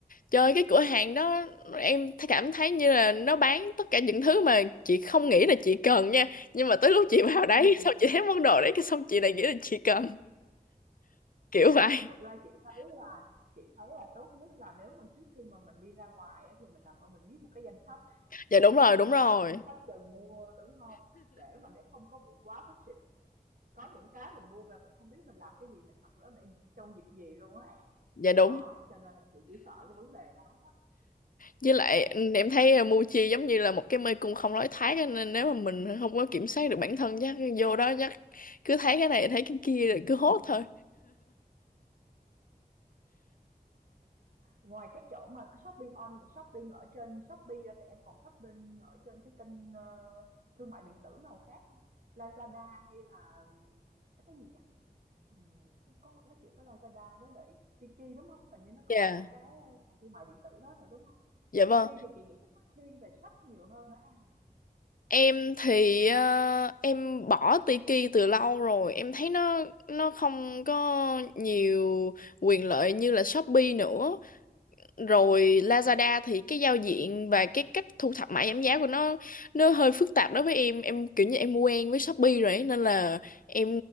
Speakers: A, on the left; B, on the right.
A: trời cái cửa hàng đó em th- cảm thấy như là nó bán tất cả những thứ mà chị không nghĩ là chị cần nha nhưng mà tới lúc chị vào
B: Ừm,
A: đấy <laughs> xong chị thấy món đồ đấy cái xong chị lại nghĩ là chị cần kiểu vậy
B: thật ra chị thấy là chị thấy là tốt nhất là nếu mà trước khi mà mình đi ra ngoài á, thì mình làm ơn mình viết một cái danh sách,
A: dạ đúng rồi đúng rồi
B: danh sách cần mua, đúng không Để mà để không có bị quá budget, có những cái mình mua về mình không biết mình làm cái gì, mình mặc nó để trong dịp gì luôn á An.
A: dạ
B: Đó,
A: đúng
B: cho nên là chị chỉ sợ cái vấn đề đó đó.
A: với lại ừ, em thấy uh, Muji giống như là một cái mê cung không lối thoát á, nên nếu mà mình không có kiểm soát được bản thân chắc vô đó chắc cứ thấy cái này thấy cái kia rồi cứ hốt thôi
B: Ngoài cái chỗ mà cái shopping on shopping ở trên Shopee ra thì em còn shopping ở trên cái kênh, ơ, thương mại điện tử nào khác không Lazada hay là cái gì nhỉ? Ừm, nó có nó chỉ có Lazada với lại Tiki, đúng không Hình như nó có
A: dạ
B: hai cái, ờ, sàn thương mại điện tử đó rồi đúng không
A: dạ vâng
B: Tiki thì chị nghĩ chắc nó thiên về shop nhiều hơn hả An hả?
A: em thì ờ, em bỏ Tiki từ lâu rồi em thấy nó nó không có nhiều quyền lợi như là Shopee nữa rồi Lazada thì cái giao diện và cái cách thu thập mã giảm giá của nó nó hơi phức tạp đối với em em kiểu như em quen với Shopee rồi ấy, nên là em